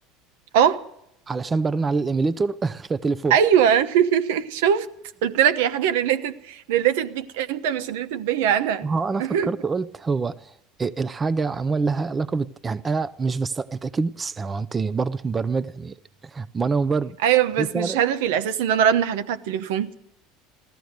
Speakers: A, on the right; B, on the right.
A: أه
B: علشان برن على الايميليتور <laughs> فتليفون
A: أيوه <laughs> شفت قلت لك هي حاجة ريليتد ريليتد بيك أنت مش ريليتد بيا أنا
B: ما هو انا فكرت
A: <laughs>
B: قلت هو إيه الحاجه عموما لها علاقه بت... يعني انا مش بس انت اكيد بس يعني هو انت برضه مبرمج يعني ما انا مبرمج
A: أيوه بس
B: إيه الفرق
A: مش هدفي الأساسي إن أنا أرن حاجات على التليفون